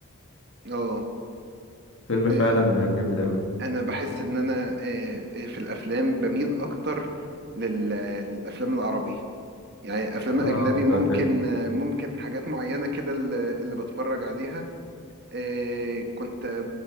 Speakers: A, on the right (about 45°); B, on the left (about 55°).
A: اه
B: فيلم
A: إيه،
B: فعلا جامد اوي
A: انا بحس ان انا إيه، إيه، في الافلام بميل اكتر لل- للافلام العربي يعني افلام
B: اه
A: اجنبي
B: انت
A: ممكن
B: قلت لي
A: ممكن حاجات معينه كده اللي اللي بتفرج عليها إيه، كنت